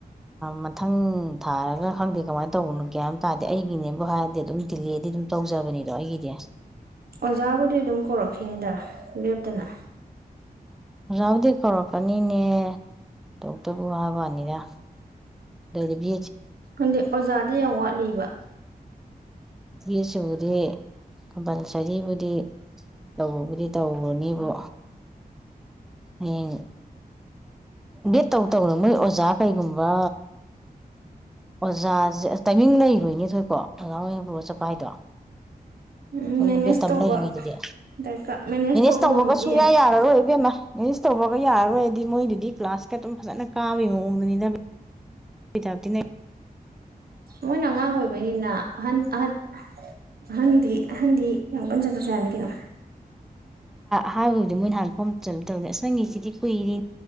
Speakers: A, in the centre; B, on the right (about 75°).
A: ꯃꯊꯪ ꯊꯥꯔꯒ ꯈꯪꯗꯦ ꯀꯃꯥꯏꯅ ꯇꯧꯕꯅꯣ ꯒꯌꯥꯟ ꯑꯃ ꯇꯥꯗꯦ ꯑꯩꯒꯤꯅꯦꯕꯨ ꯍꯥꯏꯔꯗꯤ ꯑꯗꯨꯝ ꯗꯤꯂꯦꯗꯤ ꯑꯗꯨꯝ ꯇꯧꯖꯕꯅꯤꯗꯣ ꯑꯩꯒꯤꯗꯤ
B: ꯑꯣꯖꯥꯕꯨꯗꯤ ꯑꯗꯨꯝ ꯀꯧꯔꯛꯈꯤꯅꯤꯗ ꯂꯦꯞꯇꯅ
A: ꯑꯣꯖꯥꯕꯨꯗꯤ ꯀꯧꯔꯛꯀꯅꯤꯅꯦ ꯗꯣꯛꯇꯕꯨ ꯍꯥꯏꯕꯋꯥꯅꯤꯗ ꯂꯩꯗꯕꯤ
B: ꯈꯪꯗꯦ ꯑꯣꯖꯥꯗꯤ ꯌꯥꯝ ꯋꯥꯠꯂꯤꯕ
A: ꯕꯦꯇꯁꯤꯕꯨꯗꯤ ꯀꯝꯄꯜꯁꯔꯤꯕꯨꯗꯤ ꯇꯧꯕꯕꯨꯗꯤ ꯇꯧꯔꯅꯤꯕꯨ ꯍꯌꯦꯡ ꯕꯦꯠ ꯇꯧ ꯇꯧꯅ ꯃꯣꯏ ꯑꯣꯖꯥ ꯀꯩꯒꯨꯝꯕ ꯑꯣꯖꯥꯁꯦ ꯇꯥꯏꯃꯤꯡ ꯂꯩꯔꯣꯏꯅꯤ ꯊꯣꯏꯀꯣ ꯑꯣꯖꯥ ꯍꯣꯏ ꯑꯣꯏꯅ ꯄꯨꯔꯣ ꯆꯠꯄ ꯍꯥꯏꯗꯣ
B: ꯎꯝ
A: ꯁꯣꯝꯗ
B: ꯃꯦꯅꯦꯖ
A: ꯕꯦꯇ ꯇꯝ
B: ꯇꯧꯕ
A: ꯂꯩꯔꯤꯉꯩꯗꯗꯤ
B: ꯗꯔꯀꯥꯔ
A: ꯃꯦꯅꯦꯖ
B: ꯇꯧꯕ
A: ꯇꯧꯕꯒ
B: ꯉꯝꯃꯗꯤ
A: ꯁꯨꯡꯌꯥ
B: ꯌꯥꯏ
A: ꯌꯥꯔꯔꯣꯏ ꯏꯕꯦꯝꯃ ꯃꯦꯅꯦꯖ ꯇꯧꯕꯒꯩ ꯥ ꯌꯥꯔꯔꯣꯏꯑꯦꯗꯤ ꯃꯣꯏꯗꯨꯗꯤ ꯀꯂꯥꯁꯀ ꯑꯗꯨꯝ ꯐꯖꯅ ꯀꯥꯕꯒꯤ ꯃꯑꯣꯡꯗꯨꯅꯤꯗ ꯍꯩꯗꯕꯗꯤꯅꯦ
B: ꯃꯣꯏꯅ ꯑꯉꯥꯡ ꯑꯣꯏꯕꯅꯤꯅ ꯑꯍꯟ-ꯑꯍꯟ ꯑꯍꯟꯗꯤ ꯑꯍꯟꯗꯤ ꯌꯥꯝ ꯀꯟ ꯆꯠꯇꯔꯁꯨ ꯌꯥꯅꯤ ꯀꯅꯣ
A: ꯍꯕꯗꯤ ꯃꯣꯏꯅ ꯍꯅ ꯐꯣꯝ ꯆ ꯇꯧꯅꯦ ꯑꯁ ꯅꯪꯒꯤꯁꯤꯗꯤ ꯀꯨꯏꯔꯤ